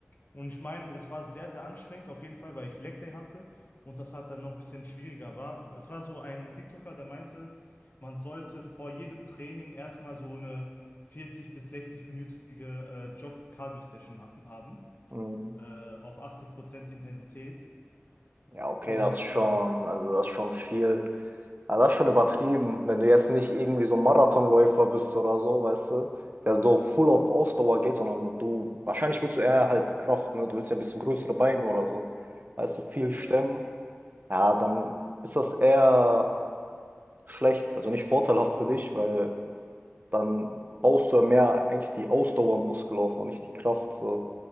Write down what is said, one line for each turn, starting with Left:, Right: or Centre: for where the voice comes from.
Left: Und ich meine, das war sehr, sehr anstrengend auf jeden Fall, weil ich Leg Day hatte und das hat dann noch ein bisschen schwieriger war. Es war so ein TikToker, der meinte, man sollte vor jedem Training erstmal so eine 40 bis 60-minütige äh, Jog-Cardio-Session ha- haben,
Right: Mhm.
Left: äh, auf 80% Intensität.
Right: Ja, okay,
Left: Und
Right: das ist schon,
Left: äh,
Right: also das ist schon viel, also das ist schon übertrieben. Wenn du jetzt nicht irgendwie so ein Marathonläufer bist oder so, weißt du, der so full auf Ausdauer geht, sondern du, wahrscheinlich willst du eher halt Kraft, ne? Du willst ja ein bisschen größere Beine oder so. Weißt du, viel
Left: ja,
Right: stemmen, ja, dann ist das eher schlecht, also nicht vorteilhaft für dich, weil dann baust du ja mehr eigentlich die Ausdauermuskel auf und nicht die Kraft. So.